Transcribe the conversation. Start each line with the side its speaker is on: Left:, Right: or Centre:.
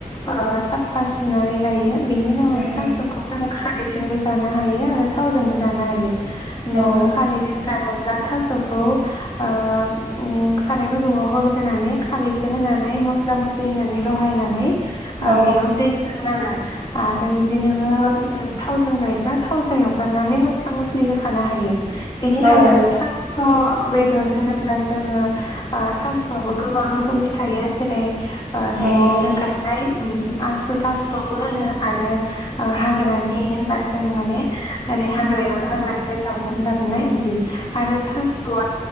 Left: ओ साफा सुनानै लायो। बिनि उनाव
Right: उम
Left: थास'खौ
Right: उम
Left: जों खा रै जोंबो जानो हायो आरो थावजोंबो जानो हायो। नोनोंङो
Right: औ
Left: खारैजों जानोब्ला थास'खौ ओ उम साराय गुदुंङाव होग्रोनानै खारैखौ होनानै मस्ला मस्लि होनानै रहायनानै ओ
Right: औ
Left: बेयाव दै होनांगोन। आरो जुदि नोंङो उम थावजों जायोब्ला थावजों एवफ्रामनानै मस्ला मस स्लि होखानो हायो। बेनि उनाव
Right: औ औ
Left: जों थास' बेदर होनोब्ला जोंङो आ थास'आबो गोबां रोखोमनि थायो। जेरै ओ न'आवनो
Right: उम औ
Left: गायनाय उम आसु थासुबो होनो आरो हाग्रानि होनबा जों माने ओरै हाग्रायाव <unintelligible> जावनानै लाबनाय बिद दि आरो थास'आ